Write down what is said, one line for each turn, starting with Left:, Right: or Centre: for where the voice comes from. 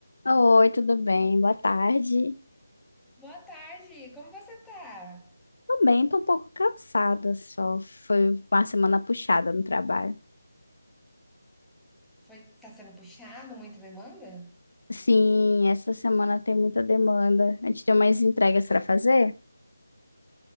Left: Oi, tudo bem? Boa tarde.
Centre: Boa tarde, como você tá?
Left: Tô bem, tô um pouco cansada só. Foi uma semana puxada no trabalho.
Centre: Foi, tá sendo puxado, muita demanda?
Left: Sim, essa semana tem muita demanda. A gente tem umas entregas para fazer?